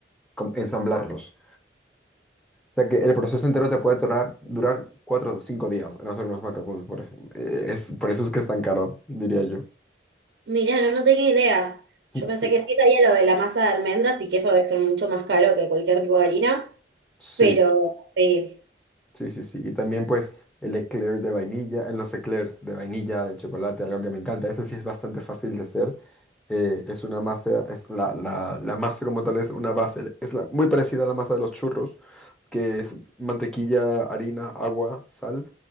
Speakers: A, in the centre; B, on the right.
A: com- ensamblarlos. O sea que el proceso entero te puede durar, durar cuatro o cinco días en hacer unos macacoons, por ejemplo. Eh, es, por eso es que es tan caro, diría yo.
B: Mirá, no, no tenía idea.
A: <laughs>
B: Yo pensé
A: Sí,
B: que sí sabía lo de la masa de almendras y que eso debe ser mucho más caro que cualquier tipo de harina.
A: sí.
B: Pero sí,
A: Sí, sí, sí. Y también pues el eclair de vainilla, eh, los eclairs de vainilla, de chocolate, algo que me encanta. Eso sí es bastante fácil de hacer. Eh, es una masa, es la, la, la masa como tal es una base, es la- muy parecida a la masa de los churros, que es mantequilla, harina, agua, sal,